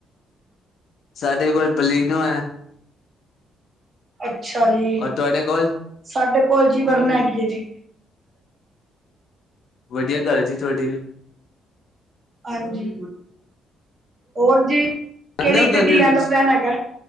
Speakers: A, on the left; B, on the right.
A: ਸਾਡੇ ਕੋਲ ਬਲੀਨੋ ਹੈ।
B: ਅੱਛਾ ਜੀ
A: ਔਰ ਤੁਹਾਡੇ ਕੋਲ
B: ਸਾਡੇ ਕੋਲ ਜੀ ਵਰਨਾ ਹੈਗੀ ਹੈ ਜੀ।
A: ਵਧੀਆ ਕਾਰ ਜੀ ਤੁਹਾਡੀ ਵੀ।
B: ਹਾਂਜੀ ਹੋਰ ਜੀ
A: ਜਾਂਦੇ
B: ਕਿਹੜੀ
A: ਹੋ
B: ਗੱਡੀ
A: ਗਰਮੀਆਂ
B: ਲੈਣ
A: ਵਿੱਚ
B: ਦਾ ਪਲੈਨ ਹੈਗਾ।